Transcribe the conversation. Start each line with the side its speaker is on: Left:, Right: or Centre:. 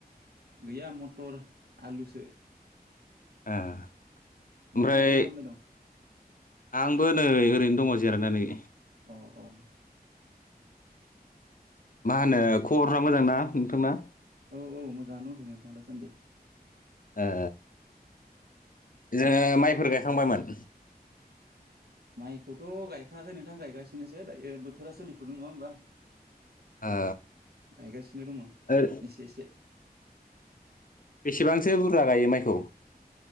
Right: गैया मटर आलुसो।
Left: ओमफ्राय
Right: नोंथाङालाय मा खालामबाय दं
Left: आंबो नै ओरैनो। दङ जिरायनानै।
Right: अ अ।
Left: मा होनो खबरफोरा मोजांना नोंथांना?
Right: औ औ मोजाङानो दंथ'यो नोंथां दासान्दि।
Left: ए जोङो माइफोर गायखांबायमोन।
Right: माइखौथ' गायखाङाखै नोंथां गायगासिनोसो दायो बोथोरा सोलिफुदों नङा होमबा।
Left: ओ
Right: गायगासिनो दङ
Left: ओ
Right: एसे एसे।
Left: बेसेबांसो बुरजा गायो माइखौ?